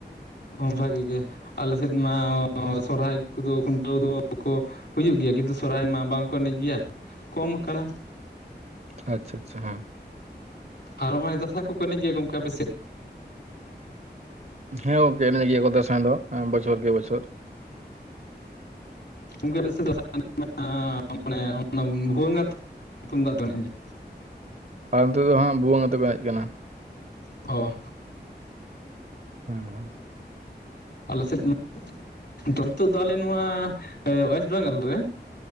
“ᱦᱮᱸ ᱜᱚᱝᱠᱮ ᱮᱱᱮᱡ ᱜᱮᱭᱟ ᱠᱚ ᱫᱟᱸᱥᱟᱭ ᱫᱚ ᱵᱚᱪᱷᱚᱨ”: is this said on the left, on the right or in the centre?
Right